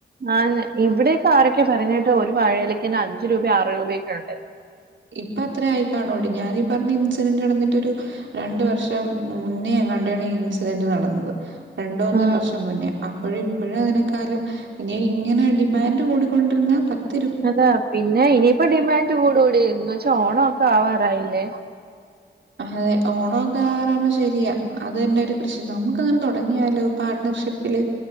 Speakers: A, on the right (about 55°); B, on the right (about 75°).
A: ആന്ന് ഇവിടക്കെ ആരൊക്കെ പറയ്ന്ന കേട്ടു ഒര് വാഴയിലക്കെന്നെ അഞ്ച് രൂബെ ആറ് രൂബയൊക്കെ ഉണ്ട്
B: ഇപ്പ എത്ര ആയി കാണോടി ഞാനീ പറഞ്ഞ ഇൻസിരന്റ് നടന്നിട്ടൊരു രണ്ട് വർഷം മുന്നേ എങ്ങാണ്ടേണ് ഇൻസിരന്റ് നടന്നത് രണ്ട് ഒന്നര
A: ആഹ്
B: വർഷം മുന്നേ അപ്പഴും ഇപ്പഴും അതിനെക്കാലും ഇനി ഇങ്ങനെ ഡിമാൻഡ് കൂടിക്കൊണ്ട്രിന്ന പറ്റ
A: അതാ പിന്നെ ഇനിയിപ്പൊ ഡിമാൻഡ് കൂടൊടീ ഇന്ന് വച്ച ഓണൊ ഒക്ക ആവാറായില്ലെ
B: അതെ ഓണൊക്ക ആവാറാവുമ്പ ശരിയാ. അത് തന്നെ ഒര് കൃഷി. നമുക്കങ്ങനെ തൊടങ്ങിയാലൊ പാർട്ട്ണർഷിപ്പ് പ്പില്